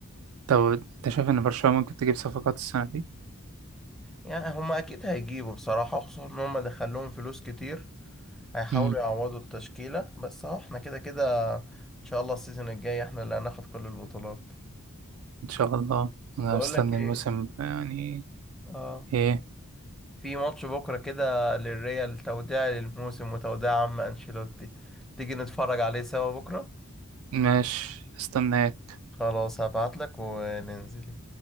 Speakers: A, on the right; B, in the centre.
A: طب انت شايف ان برشلونة ممكن تجيب صفقات السنة دي؟
B: يعني هما اكيد هيجيبوا بصراحه خصوصا ان هما دخلهم فلوس كتير هيحاولوا
A: امم
B: يعوضوا التشكيلة بس اهو احنا كده كده ان شاء الله السيزون الجاي احنا اللي هناخد كل البطولات
A: ان شاء الله انا
B: بقول
A: مستني
B: لك ايه
A: الموسم يعني
B: اه
A: ايه
B: في ماتش بكرة كده للريال توديع للموسم وتوديع عم انشيلوتي تيجي نتفرج عليه سوا بكرة
A: ماشي استناك
B: خلاص هبعت لك وننزل